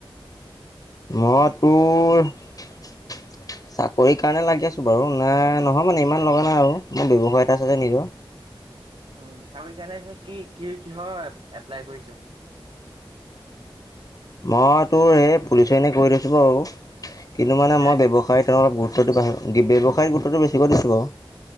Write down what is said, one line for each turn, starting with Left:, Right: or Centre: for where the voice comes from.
Left: মই তোৰ চাকৰি কাৰণে লাগি আছো বাৰু নাই নহ নহয় মানে ইমান লগা নাই আৰু মোৰ ব্যৱসায় এটা চাগ নিজৰ।
Right: উম, চাউৰি কাৰণে কি কি কিহৰ এপ্লাই কৰিছ?
Left: মই তোৰ এই পুলিচ এনে কৈ থৈছো বাৰু কিন্তু মানে
Right: হে?
Left: মই ব্যৱসায় অলপ গ <unintelligible> টো ব্যৱসায় গুত্বটো বেছি কৈ দিছোঁ আৰু।